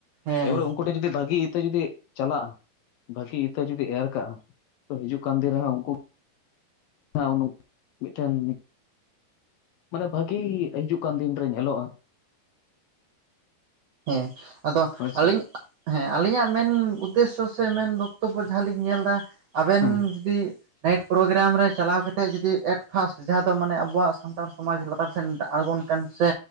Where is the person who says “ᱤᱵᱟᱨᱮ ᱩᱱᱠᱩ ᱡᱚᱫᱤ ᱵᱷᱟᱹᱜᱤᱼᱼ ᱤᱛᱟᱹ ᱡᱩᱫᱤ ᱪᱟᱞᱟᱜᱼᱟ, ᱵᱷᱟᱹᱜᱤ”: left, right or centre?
Left